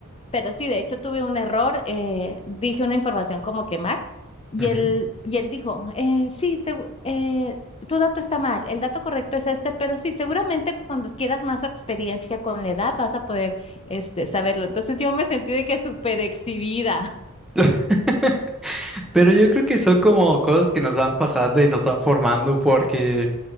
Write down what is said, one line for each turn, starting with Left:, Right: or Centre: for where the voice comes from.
Left: Pero sí, de hecho tuve un error, eh, dije una información como que mal y
Centre: ujú.
Left: él, y él dijo, eh, sí, segu- eh, tu dato está mal, el dato correcto es este, pero sí, seguramente cuando quieras más experiencia con la edad vas a poder este, saberlo. Entonces yo me sentí de que súper exhibida.
Centre: <laughs> Pero yo creo que son como cosas que nos van pasando y nos van formando, porque